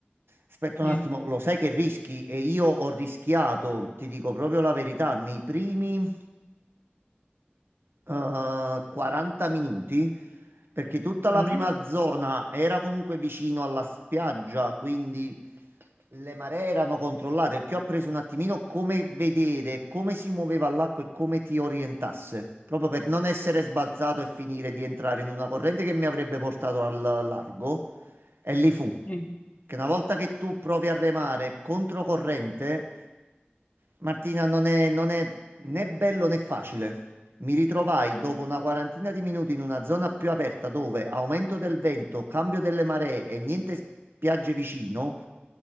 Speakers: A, on the right; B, on the left.
A: Aspetta
B: Sì.
A: un attimo, lo sai che rischi? E io ho rischiato, ti dico proprio la verità, nei primi eh, 40 minuti perché tutta
B: Mm?
A: la prima zona era comunque vicino alla spiaggia, quindi le maree erano controllate, perché io ho preso un attimino come vedere come si muoveva l'acqua e come ti orientasse, proprio per non essere sbalzato e finire di entrare in una corrente che mi avrebbe portato al largo. E lì fu,
B: Sì.
A: che una volta che tu provi a remare controcorrente Martina, non è, non è né bello né facile. Mi ritrovai dopo una quarantina di minuti in una zona più aperta dove aumento del vento, cambio delle maree e niente spiagge vicino,